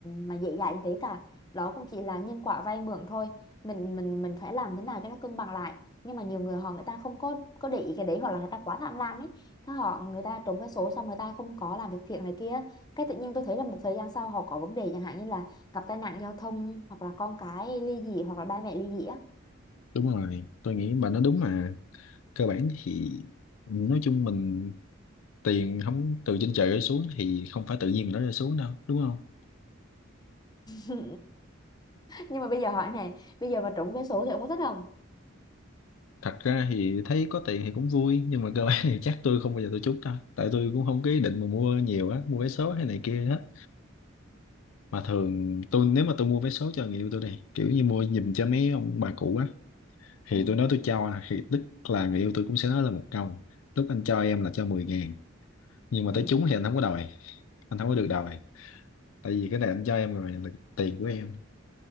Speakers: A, on the left; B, on the left.
A: mà dễ dàng như thế cả đó cũng chỉ là nhân quả vay mượn thôi mình mình mình phải làm thế nào cho nó cân bằng lại nhưng mà nhiều người họ người ta không có có để ý cái đấy hoặc là người ta quá tham lam ấy cái họ người ta trúng cái số xong người ta không có làm việc thiện này kia cái tự nhiên tôi thấy là một thời gian sau họ có vấn đề chẳng hạn như là gặp tai nạn giao thông hoặc là con cái ly dị hoặc là ba mẹ ly dị á <laughs>
B: đúng rồi tôi nghĩ bà nói đúng mà cơ bản thì nói chung mình tiền không từ trên trời rơi xuống thì không phải tự nhiên mà nó rơi xuống đâu đúng không
A: Ừ. nhưng mà bây giờ hỏi này bây giờ mà trúng vé số thì ông có thích không
B: thật ra thì thấy có tiền thì cũng vui nhưng mà cơ bản thì chắc tôi không bao giờ tôi trút đâu tại tôi cũng không có ý định mà mua nhiều á mua vé số hay này kia hết mà thường tôi nếu mà tôi mua vé số cho người yêu tôi đi kiểu như mua giùm cho mấy ông bà cụ á thì
A: ừ
B: tôi nói tôi cho à, thì tức là người yêu tôi cũng sẽ nói là một câu lúc anh cho em là cho 10 ngàn nhưng mà
A: ừ
B: tới trúng thì anh không có đòi anh không có được đòi tại vì cái này anh cho em rồi là tiền của em